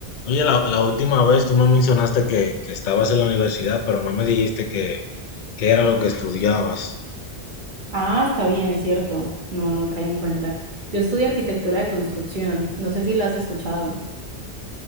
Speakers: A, on the left; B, on the right.
A: Oye, la, la última vez tú me mencionaste que, que estabas en la universidad, pero no me dijiste que, qué era lo que estudiabas.
B: Ah, está bien, es cierto. No, no caí en cuenta. Yo estudié arquitectura de construcción. No sé si la has escuchado.